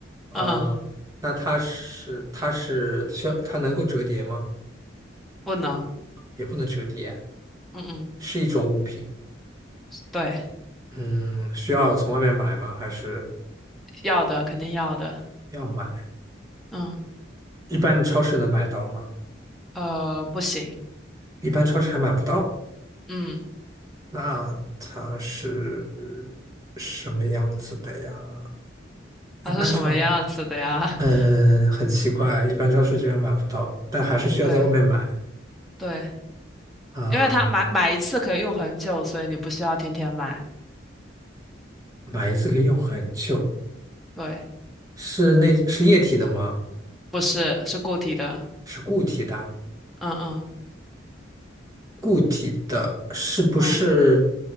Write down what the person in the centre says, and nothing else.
嗯，
不能。
嗯嗯，
对，
要的肯定要的。
嗯，
呃，不行。
嗯。
它是什么样子的呀？
<laughs>
对对，
因为它买买一次可以用很久，所以你不需要天天买。
对，
不是，是固体的。
嗯嗯
嗯，